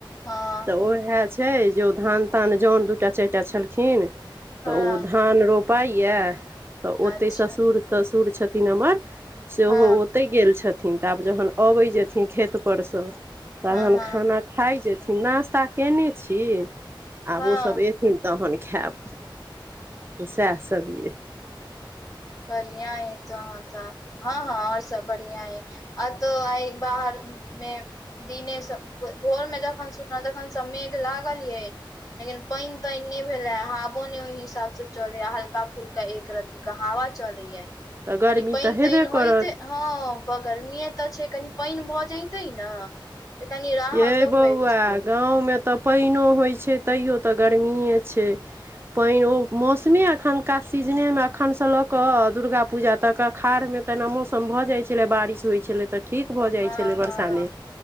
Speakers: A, on the left; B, on the right.
A: हँ
B: तऽ ओह छै जे ओ धान तान जन दूटा चारि टा छलखिन तऽ
A: हँ
B: ओ धान रोपाइएा तऽ ओते
A: अच्छा
B: ससुर ससुर ससुर छथिन हमर से ओ
A: हँ
B: ओते गेल छथिन थिन तऽ आब जहन अबै जेथिन खेत पर से तहन
A: हँ हँ
B: खाना खााय जेथि अथिन नाश्ता कयने छी आब
A: हँ
B: ओसभ अयथिन तहन खायब त सएह सब भए
A: बढ़िआ है त ह तऽ हँ हँ आओर सब बढ़िआ यै अतो आई बाहर मे दिने सब भोर में जखन सुटल तखन सममे लागलिये लेकिन पानि तानि नहि भेलै हवो नहि ओहि हिसाबसँ चलैए हल्का फुलका एक रति हवा चलय या
B: तऽ गर्मी
A: पैन
B: तऽ हेबे
A: तन होइ
B: करत
A: त हँ गरमी तऽ छै कनि पानि भऽ जैतै ने तऽ कनि राहतो
B: ये बौआ
A: भेटतै
B: गाँवमें तऽ पानिओ होइत छै तैयो तऽ गर्मिए छै पानि ओ मौसमे एखुनका सीजने मे एखन से लऽ कऽ दुर्गा पूजा तक अषाढ़ मे तना मौसम भऽ जाइ छलै बारिश होइ छलै तऽ ठीक
A: हँ
B: भऽ जाइ छलै
A: हँ
B: वरसामे